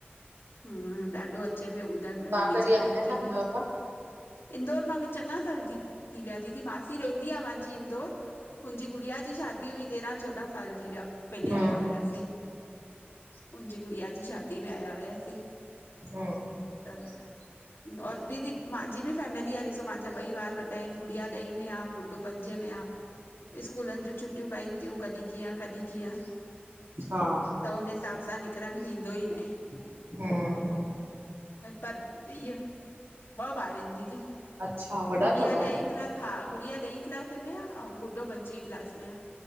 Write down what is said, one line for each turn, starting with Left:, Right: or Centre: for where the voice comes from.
Left: हूं, ॾाढो अचे पियो ॿुधण में होली
Right: तव्हां कॾहिं
Left: जे टाइम
Right: आया
Left: ते
Right: न
Left: बि,
Right: आहियो
Left: इंदौर मां चङा साल दीदी थी विया दीदी मां सी रहंदी आ मांजी इंदौर, मुंजी गुड़िया जी शादी हुई तेरहां चोॾहां साल थी विया। पेले
Right: छा? हम्म
Left: आहियां हुयासि, मुंहिंजी गुड़िया जी शादी में आहियां हुयासी।
Right: हूं।
Left: तब और दीदी माहिंजी बि फैमिली आहे, ॾिसो माहिंजा ॿई बार वॾा आहिनि गुड़िया ॾई में आ, गुडू पंजे में आहे, स्कूलनि जूं छुट्टियूं पइनि थियूं कॾीं कींए कॾीं कींए।
Right: हा
Left: त हुने हिसाब सां निकिरण थींदो ई न।
Right: हूं।
Left: पर इअ ॿ ॿार ईन दीदी,
Right: अच्छा वॾा
Left: गुड़िया
Right: अथव
Left: ॾहें क्ला हा, गुड़िया ॾहीं क्लास टेंथ में आ अऊं गुडो पंजी क्लास में आ।